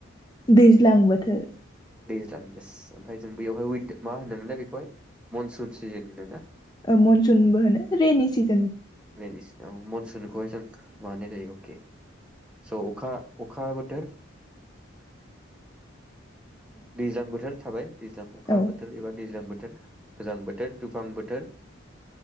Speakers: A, on the left (about 20°); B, in the centre.
A: दैज्लां बोथोर
B: <unintelligible> इयेस ओमफाय जों बेयावहाय विन मा होनोमोनलाय बेखौहाय मनसुन सिजोन होनो ना।
A: मनसुनबो होनो रेनि सिज
B: रेनि सि अ' मनस खौहाय जों मामानाय जायो अके स' अखा, अखा बोथोर दैज्लां बोथोर थाबाय दैज्लां अखा
A: औ
B: बोथोर एबा दैज्लां बोथोर। गोजां बोथोर, दुफां बोथोर।